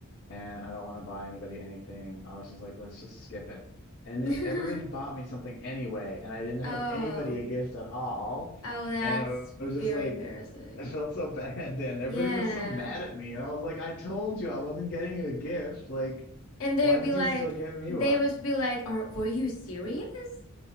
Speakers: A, on the left (about 60°); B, on the left (about 75°).
A: and I don't want to buy anybody anything. I was just like, let's just skip it. And then
B: <laughs>
A: everybody bought me something anyway, and I didn't have
B: Oh.
A: anybody a gift at all.
B: Oh, that's
A: And it
B: very
A: was just like,
B: embarrassing.
A: I felt so <laughs> bad then. Everybody
B: Yeah.
A: was so mad at me, and I was like, I told you I wasn't getting you a gift, like.
B: And
A: Why
B: they'd be
A: did
B: like,
A: you still get me
B: they
A: one?
B: must be like, Are, were you serious?